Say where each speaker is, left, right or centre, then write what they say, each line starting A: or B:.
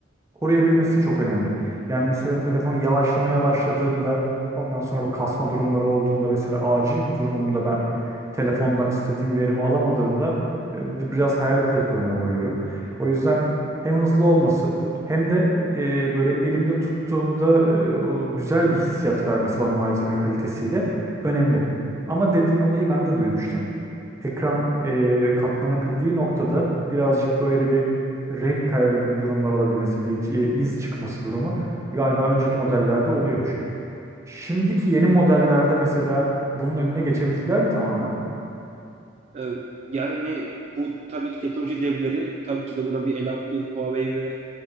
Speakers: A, on the right; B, on the right.
A: koruyabilmesi çok önemli. Yani mesela telefon yavaşlamaya başladığında ondan sonra bu kasma durumları olduğunda mesela acil bir durumumda ben telefondan istediğim verimi alamadığımda e, biraz hayal kırıklığına uğruyorum. O yüzden hem hızlı olması hem de e, böyle elimde tuttuğumda e, o güzel bir hissiyat vermesi bana malzeme kalitesiyle önemli. Ama dediğin olayı ben de duymuştum. Ekran e, katlanabildiği noktada birazcık böyle bir renk kaybı gibi durumlar olabilmesi, bir e, iz çıkması durumu galiba önceki modellerde oluyormuş. Şimdiki yeni modellerde mesela bunun önüne geçebildiler mi tamamen?
B: Ee, Yani bu tabii ki teknoloji devleri tabii ki de buna bir el attı. Huawei ve